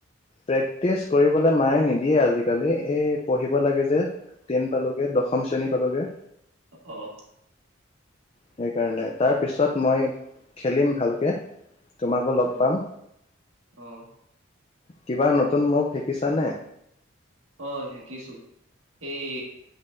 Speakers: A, on the left; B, on the right.
A: প্ৰেক্টিচ কৰিবলৈ মায়ে নিদিয়ে আজিকালি, এই পঢ়িব লাগে যে। টেন পালোগে, দশ শ্ৰেণী পালোগে।
B: অ'।
A: সেইকাৰণে, তাৰ পিছত মই খেলিম ভালকে। তোমাকো লগ
B: উম
A: পাম,
B: অ
A: কিবা নতুন মোক শিকিছ নে?
B: অ', শিকিছো, এই